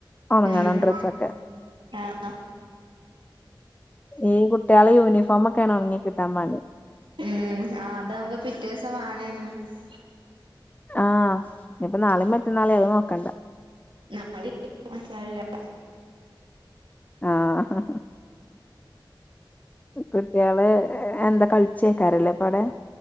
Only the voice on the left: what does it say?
ഒണങ്ങണം
ഡ്രെസ്സൊക്കെ
ഈ കുട്ട്യാള യൂണിഫോമൊക്കേണ് ഒണങ്ങി കിട്ടാൻ പണി
ആഹ് ഇനിപ്പൊ നാളെം മറ്റനാളും <unintelligible> നോക്കണ്ട
ആഹ് കുട്ട്യാള് എന്താ <unintelligible>